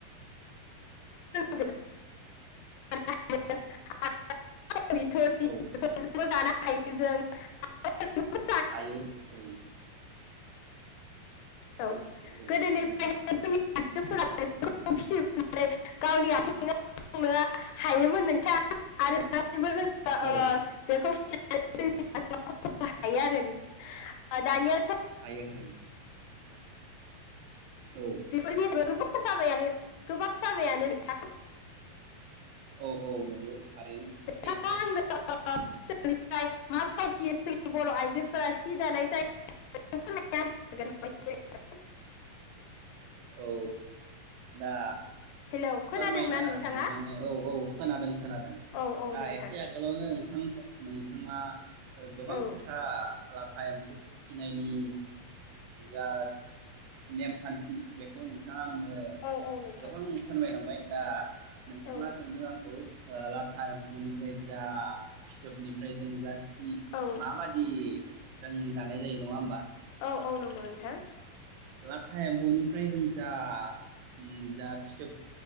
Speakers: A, on the left (about 80°); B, on the right (about 85°).
A: <unintelligible> <unintelligible> <unintelligible> <unintelligible>
B: औ
A: हायो जों <unintelligible>
B: हायो औ‌।
A: औ
B: औ
A: गोदोनिफ्रायनो
B: नंगौ
A: जोंनि आइजोफोरा <unintelligible> गावनि आथेंआव गसंनो हायोमोन नोंथां आरो <unintelligible>
B: औ
A: ओ बेखौ <unintelligible> हायो आरो दानिया
B: हायो हायो। औ
A: बेफोरनि <unintelligible> जाबायानो गोबां जाबायानो नोंथां।
B: औ औ नंगौ। थारैनो सैथो।
A: नोंथाङा <unintelligible> माबायदि बर' आइजोफोरा सि दानाय जायो फोरमाय <unintelligible>
B: औ दा
A: हेलौ खोनादोंना
B: फोरमायना
A: नोंथाङा?
B: होनो माने औ औ। खोनादों। खोनादों
A: औ औ
B: दा
A: नोंथां
B: एसे आगोलावनो नोंथां नोंथाङा गोबां
A: औ
B: खोथा लाथा एम्फौ फिनायनि जा नेमखान्थि बेखौ नों थांआ आंनो नो
A: औ औ नोंथां
B: गोबां फोरमायलांबाय। दा नोंथाङा
A: औ
B: सोंदों आंखौ ला था एम्फौनिफ्राय जा फिथोबनिफ्राय जों जा दि
A: औ
B: माबादि जों दानाय जायो नङा ओमबा?
A: औ औ नंगौ नोंथां।
B: लाथा एम्फौनिफ्राय जों जा उम जा फिथोब